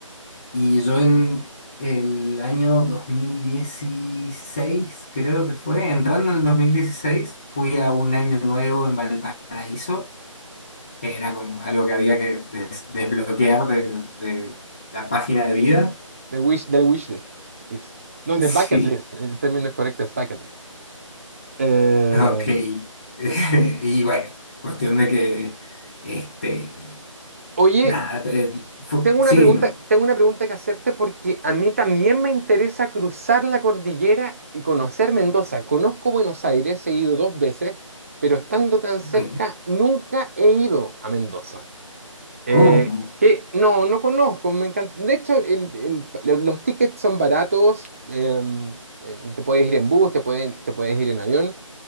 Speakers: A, on the left; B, on the right.
A: y yo en el año 2016 creo que fue, entrando en el 2016 fui a un año nuevo en Valparaíso, que era como algo que había que des- desbloquear de, de la página de vida.
B: de wish, del wish list. List. No, de
A: Sí,
B: bucket list. El término correcto es bucket list. Eh,
A: ok. <laughs> Y bueno, cuestión de que, este,
B: oye,
A: nada, te- fue-
B: Tengo
A: sí,
B: una pregunta,
A: dime.
B: tengo una pregunta que hacerte porque a mí también me interesa cruzar la cordillera y conocer Mendoza. Conozco Buenos Aires, he ido dos veces, pero estando tan
A: Ok,
B: cerca, nunca he ido a Mendoza. Eh,
A: ¿cómo?
B: que no, no conozco, me encanta. De hecho, el- el- lo- los tickets son baratos, eh, eh, te puedes ir en bus, te pueden- te puedes ir en avión.